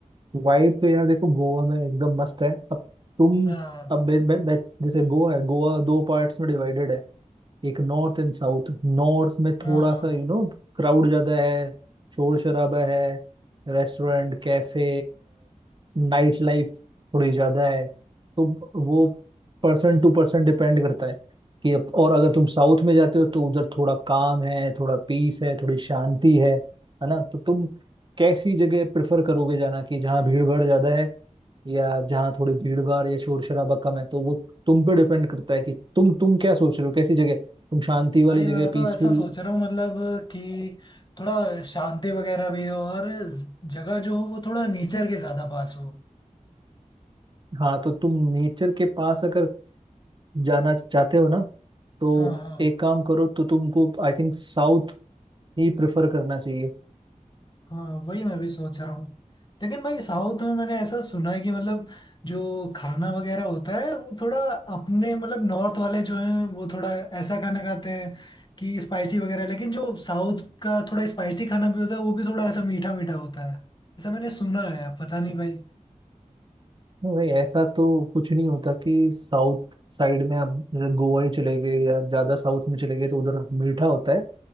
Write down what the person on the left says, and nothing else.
हाँ
हाँ
भाई
मैं तो
ऐसा सोच रहा हूँ मतलब कि थोड़ा शांति वगैरह भी हो और जगह जो हो वो थोड़ा नेचर के ज्यादा पास हो
हाँ हाँ
हाँ वही मैं भी सोच रहा हूँ लेकिन भाई साउथ में मैंने ऐसा सुना है कि मतलब जो खाना वगैरह होता है वो थोड़ा अपने मतलब नॉर्थ वाले जो हैं वो थोड़ा ऐसा खाना खाते हैं कि स्पाइसी वगैरह लेकिन जो साउथ का थोड़ा स्पाइसी खाना भी होता है वो भी थोड़ा ऐसा मीठा मीठा होता है ऐसा मैंने सुना है पता नहीं भाई